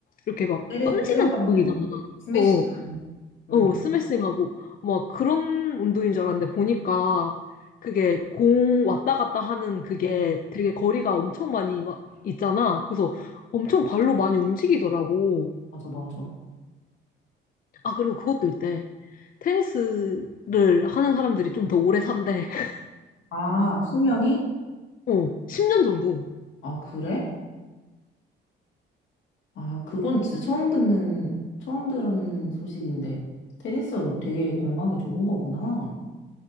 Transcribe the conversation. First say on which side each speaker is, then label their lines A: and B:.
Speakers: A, on the left; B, on the left.
A: 이렇게 막
B: 뭐 때려,
A: 던지는
B: 때려박는
A: 운동이잖아.
B: 스매싱은
A: 어,
B: 음,
A: 어, 스매싱하고 막 그런 운동인 줄 알았는데 보니까 그게 공 왔다 갔다 하는 그게
B: 어,
A: 되게 거리가 엄청 많이 와- 있잖아. 그래서 엄청 발로 많이 움직이더라고.
B: 맞아, 맞아.
A: 아, 그리고 그것도 있대. 테니스를 하는 사람들이 좀 더 오래 산대. <laughs>
B: 아, 수명이?
A: 어, 10년 정도.
B: 아, 그래? 아, 그건 진짜 처음 듣는, 처음 들은 소식인데. 테니스가 되게 건강에 좋은 거구나.